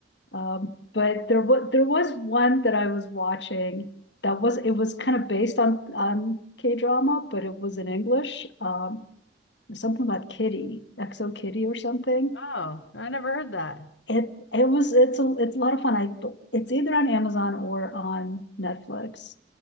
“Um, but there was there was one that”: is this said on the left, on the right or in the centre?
Left